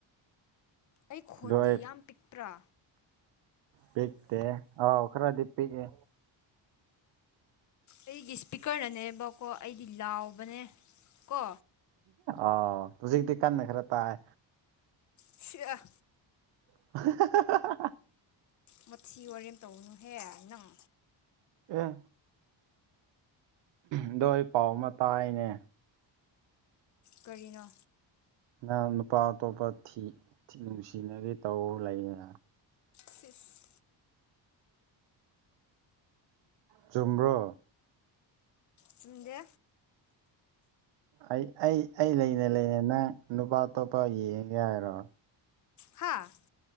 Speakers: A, on the left; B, on the right.
A: ꯑꯩ ꯈꯣꯟꯗꯤ
B: ꯂꯣꯏ
A: ꯌꯥꯝ ꯄꯤꯛꯄ꯭ꯔꯥ
B: ꯄꯤꯛꯇꯦ ꯑꯣ ꯈ꯭ꯔꯗꯤ ꯄꯤꯛꯑꯦ
A: ꯑꯩꯒꯤ ꯏꯁꯄꯤꯀꯔꯅꯅꯦꯕꯀꯣ ꯑꯩꯗꯤ ꯂꯥꯎꯕꯅꯦ ꯀꯣ
B: ꯑꯣ ꯍꯧꯖꯤꯛꯇꯤ ꯀꯟꯅ ꯈꯔ ꯇꯥꯏ
A: ꯁꯤꯑ
B: <unintelligible>
A: ꯃꯊꯤ ꯋꯥꯔꯦꯝ ꯇꯧꯕꯅꯨꯍꯦ ꯅꯪ
B: ꯑꯦ ꯑꯗꯣ ꯑꯩ ꯄꯥꯎ ꯑꯃ ꯇꯥꯏꯅꯦ
A: ꯀꯔꯤꯅꯣ
B: ꯅꯪ ꯅꯨꯄꯥ ꯑꯇꯣꯞꯄ ꯊꯤ ꯊꯤ ꯅꯨꯡꯁꯤꯅꯔꯦ ꯇꯧ ꯂꯩꯌꯦꯅꯦ
A: ꯁꯤꯁ
B: ꯆꯨꯝꯕ꯭ꯔꯣ
A: ꯆꯨꯝꯗꯦ
B: ꯑꯩ ꯑꯩ ꯑꯩ ꯂꯩꯅ ꯂꯩꯅ ꯅꯪ ꯅꯨꯄꯥ ꯑꯇꯣꯞꯄ ꯌꯦꯡꯉꯦ ꯍꯥꯏꯔꯣ
A: ꯍꯥꯥ